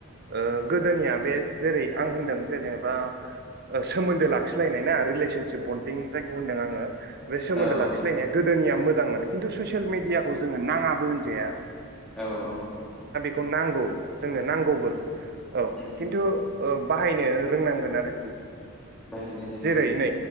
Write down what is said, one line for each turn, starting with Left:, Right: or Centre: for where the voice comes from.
Right: ओ गोदोनिया बे जेरै आं होनदों जेनेबा ओ सोमोन्दो लाखिलायनाय ना रिलेसनसिप बन्डिं जायखौ होनदों आङो बे सोमोन्दो
Centre: औ
Right: लाखि लायनाया गोदोनिया मोज जांमोन खिन्थु ससियेल मिडियाखौ जोङो नाङाबो होनजाया
Centre: औ औ
Right: खौ नांगौ जोंनो नांगौबो
Centre: उम
Right: औ
Centre: उम
Right: किन्थु ओ बाहायनो रोंनांगोन आरोखि
Centre: बाहायनो रोंनांगोन
Right: जेरै नै